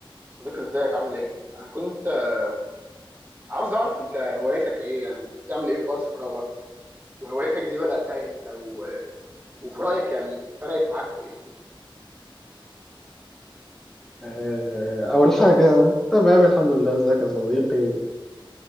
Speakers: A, on the right (about 25°); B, in the centre.
A: صديقي ازيك عامل ايه؟ انا كنت آه، عاوز اعرف انت هواياتك ايه يعني بتعمل ايه في وقت فراغك وهواياتك دي بدأتها امتى و... وفي رأيك يعني فرقت معاك في ايه؟
B: آه، أول حاجة تمام الحمد لله ازيك يا صديقي